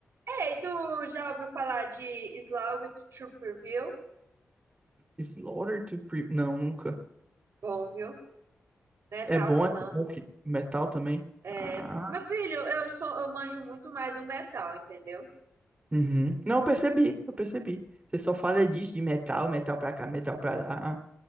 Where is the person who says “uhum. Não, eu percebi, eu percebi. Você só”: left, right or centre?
Right